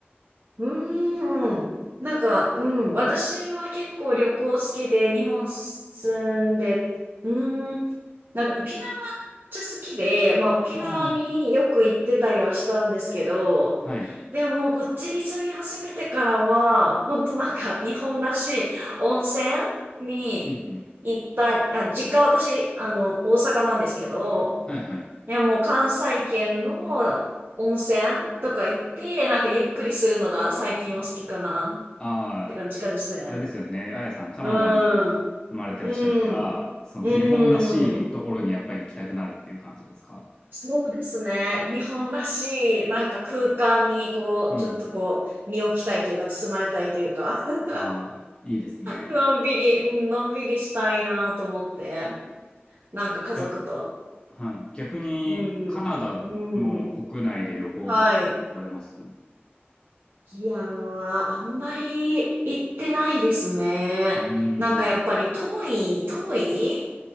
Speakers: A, on the right; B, on the left.
A: うーん。なんか、うん。私は結構旅行好きで、日本住んで、うーん。なんか沖縄ちゃ好きで、まあ沖縄によく行ってたりはしたんですけど、
B: ああー。はい。
A: でもこっちに住み始めてからは、本当なんか日本らしい温泉に行ったり、
B: うんうん。
A: あ、実家私、あの、大阪なんですけど、
B: はいはい。
A: でもう関西圏の温泉とか行って、なんかゆっくりするのが最近は好きかなっ
B: ああ、
A: て感じかですね。
B: あれですよね。あやさん、カナダに
A: うん。
B: 住まれてらっしゃるから、
A: うん。
B: その日本らしいところにやっぱり行きたくなるっていう感じですか
A: うん。そうですね。日本らしい、なんか空間にこう、
B: うん。
A: ちょっとこう、身を置きたいというか、包まれたいというか、<laughs>
B: ああ、いいですね。
A: のんびり、うんのんびりしたいなと思って、なんか家族と。
B: 逆、はい。逆に、
A: うんうん。
B: カナダの国内で旅行とかって行かれますう
A: うん。はい。いやー、あんまり行ってないですね。
B: ーん。
A: なんかやっぱり遠い、遠い